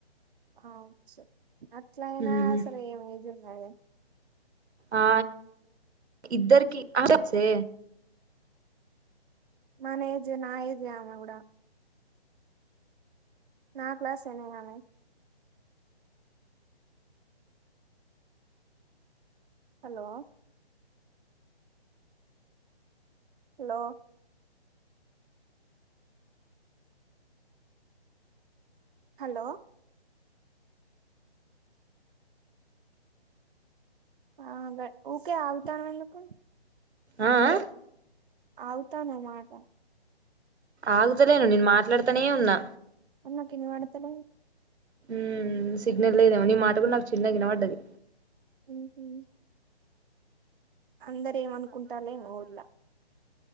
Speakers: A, on the right; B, on the right.
A: ఆ కావచ్చు. అట్లయినా
B: ఉమ్
A: అసలు ఏమేదు అదే
B: ఆ ఇద్దరి కి చే
A: మన ఏజ్ నా ఏజ్ అమె కూడా నా క్లాస్ ఎనే ఆమె హలో హలో హలో హ ఉకే ఆగుతావెందుకు
B: ఆ అ
A: ఆగుతానై మాట
B: ఆగుతలేను నేను మాట్లాడుతానే ఉన్నా
A: మరి నాకైనాభాత్తలైదు
B: హ్మ్ సిగ్నల్ లేదేమో నీ మాట కూడా నాకు చిన్నగా వినపడ్డది
A: ఉ హ్మ్ అందర ఏమనుకుంటాలే ఊర్లా